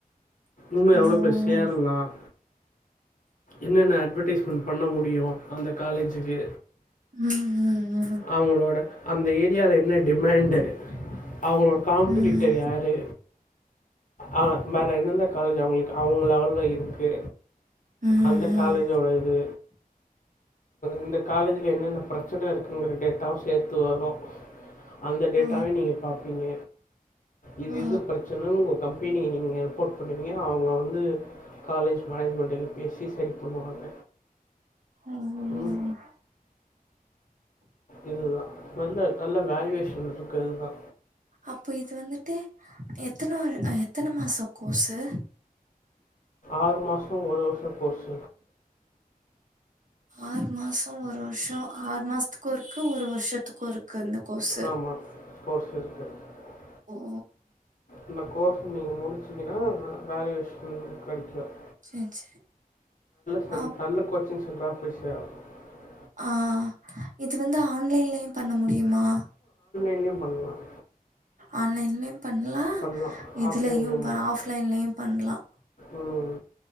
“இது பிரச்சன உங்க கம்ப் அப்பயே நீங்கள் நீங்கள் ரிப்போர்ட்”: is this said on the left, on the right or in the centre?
Left